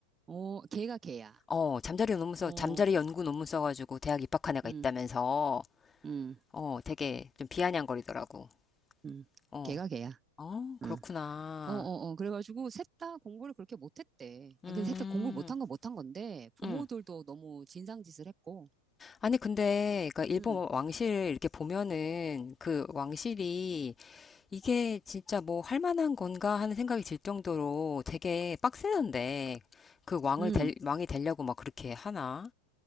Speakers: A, on the right (about 20°); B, on the left (about 15°).
A: 어 걔가 걔야.
B: 어, 잠자리 논문 써,
A: 어.
B: 잠자리 연구 논문 써가지고 대학 입학한 애가
A: 응,
B: 있다면서,
A: 응,
B: 어, 되게 좀 비아냥거리더라고.
A: 응.
B: 어,
A: 걔가 걔야.
B: 어, 그렇구나.
A: 응. 어, 어, 어. 그래가지고 셋다 공부를 그렇게 못했대.
B: 음,
A: 아, 근데 셋 다 공부를 못한 건 못한 건데 부모들도
B: 음.
A: 너무 진상짓을 했고.
B: 아니, 근데, 그니까 일본
A: 응,
B: 왕실 이렇게 보면은 그 왕실이 이게 진짜 뭐 할 만한 건가 하는 생각이 들 정도로 되게 빡세던데 그 왕을
A: 응.
B: 될, 왕이 되려고 막 그렇게 하나?